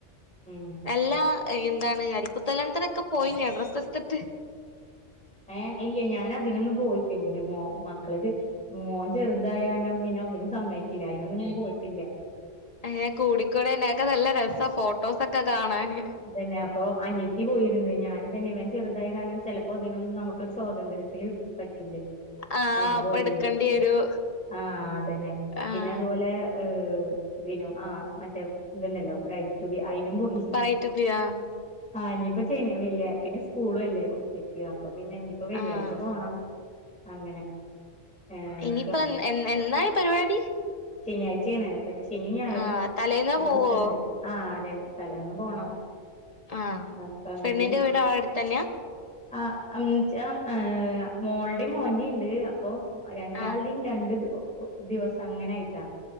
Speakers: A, in the centre; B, on the left (about 30°).
A: ഉം
B: എല്ലാ അയ് എന്താണ് അരിക്കുത്തല്യാൺത്തിനൊക്കെ പോയിനോ ഡ്രസ്സെടുത്തിട്ട്
A: ഏഹ് അയ്യെ ഞാനതിനൊന്നും പോയില്ല പിന്നെ ഞ്ഞ് മക്കള്ക്ക് മോൻ ചെറുതായാരണം പിന്നൊന്നിനും സമ്മയിക്കില്ല. അയിനൊന്നും ഞാൻ പോയിട്ടില്ല.
B: എഹ് കൂടിക്കൂടെയ്‌നോ അഒക്കെ നല്ല രസ ഫോട്ടോസൊക്കെ കാണാന്.
A: ട്ന്നെ അപ്പൊ അനിയത്തി പോയിര്ന്നു. ഞാനിതന്നെ ഇവൻ ചെറുതായ കാരണം ചെലപ്പോ ഇതിനൊന്നും നമുക്കൊരു സ്വാതന്ത്യത്തില് പറ്റുല്ല.
B: ആഹ്
A: പ്പൊ ഞാൻ
B: അപ്പ
A: പോയില്ല
B: എടുക്കേണ്ടി വരും
A: ആഹ് അതന്നെ
B: ആഹ്
A: പിന്നതുപോലെ ഏഹ് തിനു ആ മറ്റേ ഇതുണ്ടല്ലോ ബറൈറ്റ് റ്റു ബി അയിനും പൊട്ടിച്ചക്ക്ണ്.
B: ബ്രൈറ്റ് ബി ആഹ്
A: ആഹ് ഇഞ്ഞിപ്പം ചെന് വില്ലേ പിന്നെ സ്കൂളുഅല്ലേ കു ത്തിക്ക്. അപ്പൊ പിന്നെ ഇഞ്ഞിപ്പോ വെള്ളിയാഴ്ച്ച
B: ആഹ്
A: പോണം. അങ്ങനെ ഏഹ്
B: ഇനിയിപ്പം എന്ന്, എന്നാണ് പരിപാടി
A: ശനിയാഴ്ച്ചേണ് <unintelligible> ശനിം ഞായറും
B: ആഹ് തലേന്നാ
A: രണ്ടൂസണ്ട്.
B: പോവോ
A: ആഹ് അതെ തലേന്ന് പോണം
B: ആഹ്
A: അപ്പൊ അതിന്
B: പെണ്ണിന്റെ വീട് അവിടെ അടുത്തന്നെയാ
A: ആഹ് അന്ന്ച്ചാ ഏഹ് മോള്ടിം മോൻ്റീണ്ട് അപ്പൊ രണ്ടാൾടിം
B: ആഹ്
A: രണ്ട് ഒ ഒ ദിവസങ്ങനയിട്ടാ.